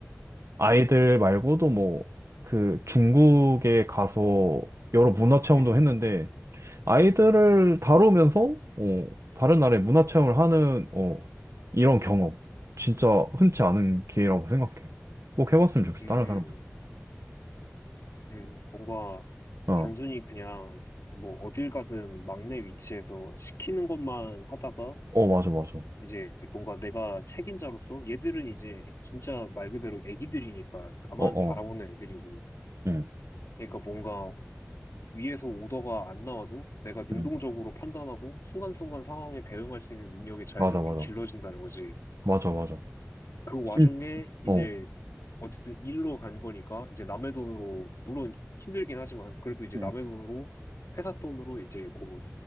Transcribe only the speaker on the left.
음,
음,
음. 뭔가
단순히 그냥 뭐 어딜 가든 막내 위치에서 시키는 것만 하다가
이제 뭔가 내가 책임자로서 얘들은 이제 진짜 말 그대로 애기들이니까 나만
바라보는 애들이고요.
그러니까 뭔가 위에서 오더가 안 나와도 내가 능동적으로
판단하고 순간순간 상황에 대응할 수 있는 능력이 자연스럽게
길러진다는 거지.
그 와중에
이제
어쨌든 일로 간 거니까 이제 남의 돈으로 물론 힘들긴 하지만 그래도 이제
남의 돈으로 회사 돈으로 이제 뭐